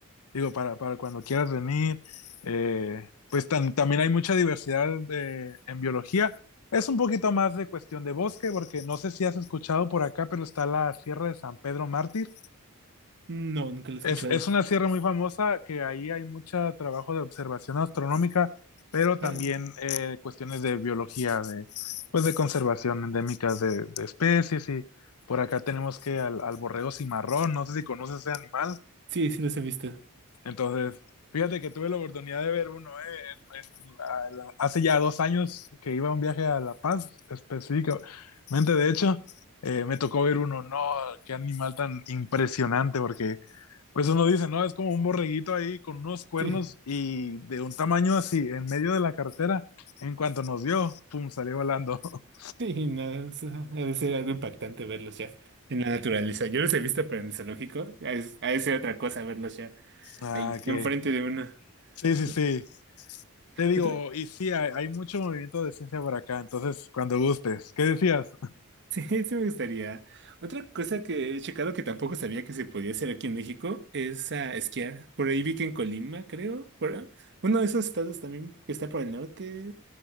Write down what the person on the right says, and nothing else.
No, nunca lo he escuchado.
Órale.
Sí, sí los he visto.
Sí,
<laughs> sí, no, o sea, ha de ser algo impactante verlos ya en la naturaleza. Yo los he visto, pero en el zoológico. Ha de ha de ser otra cosa verlos ya
ahí,
enfrente de uno.
¿no?
Otra,
<laughs> sí, sí me gustaría. Otra cosa que he checado que tampoco sabía que se podía hacer aquí en México es a esquiar. Por ahí vi que en Colima, creo. Por, uno de esos estados también que está por el norte.